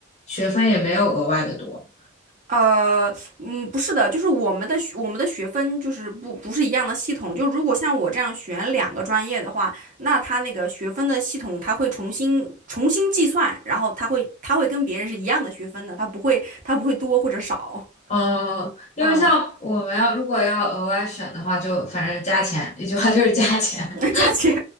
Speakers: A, on the left (about 35°); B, on the right (about 40°).
A: 学分也没有额外的多。
B: 呃，嗯，不是的，就是我们的学我们的学分就是不不是一样的系统，就如果像我这样选两个专业的话，那他那个学分的系统他会重新重新计算，然后他会他会跟别人是一样的学分的，他不会他不会多或者少，
A: 呃，因为像我们要如果要额外选的话，
B: 嗯，
A: 就反正加钱，一句话就是加钱。
B: <laughs> 加钱